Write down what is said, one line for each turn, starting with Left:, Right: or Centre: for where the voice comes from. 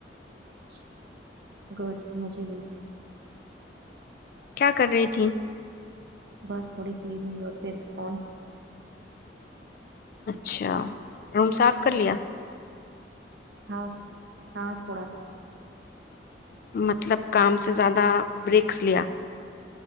Right: چ گڈ مجھے بھی <unintelligible>
Left: کیا کر رہی تھیں <unintelligible>
Right: بس تھوڑی کلننگ اور پھر <unintelligible> کون <unintelligible>
Left: اچھا روم صاف کر لیا <unintelligible>
Right: ہاں <inaudible> <unintelligible> ہاں تھوڑا <unintelligible>
Left: مطلب کام سے زیادہ بریکس لیا <unintelligible>